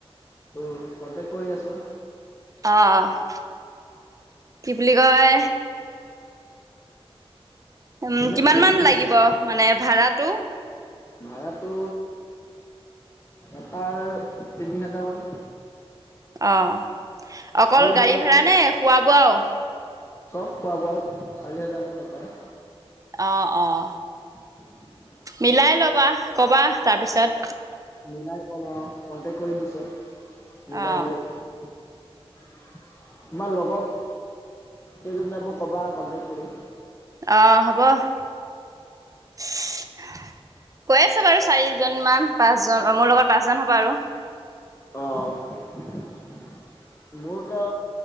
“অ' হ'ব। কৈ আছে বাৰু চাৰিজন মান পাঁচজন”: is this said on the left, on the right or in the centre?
Right